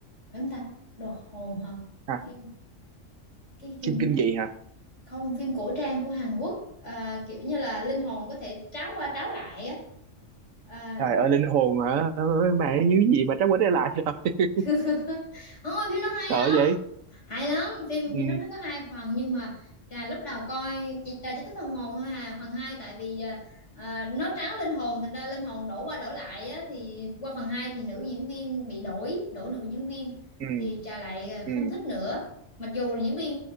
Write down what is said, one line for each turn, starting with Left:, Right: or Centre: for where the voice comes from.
Left: phải không ta Đoạt hồn hả
Right: hả
Left: phim cái phim
Right: phim
Left: đó
Right: kinh dị hả
Left: không phim cổ trang của Hàn Quốc à, kiểu như là linh hồn có thể tráo qua tráo lại á à,
Right: trời ơi linh hồn hả Ôi, mẹ như gì mà trắng quá đây lại rồi <laughs>
Left: <laughs> Ôi, phim nó hay
Right: sợ
Left: lắm
Right: vậy
Left: hay lắm phim
Right: ừ,
Left: phim nó nó có hai phần nhưng mà trà lúc đầu coi chị trà chỉ thích phần một thôi à phần hai tại vì à, à, nó tráo linh hồn thành ra linh hồn đổ qua đổ lại á, thì qua phần hai thì nữ diễn viên bị đổi đổi nữ diễn viên
Right: ừ,
Left: thì trà lại à,
Right: ừ,
Left: không thích nữa mặc dù diễn viên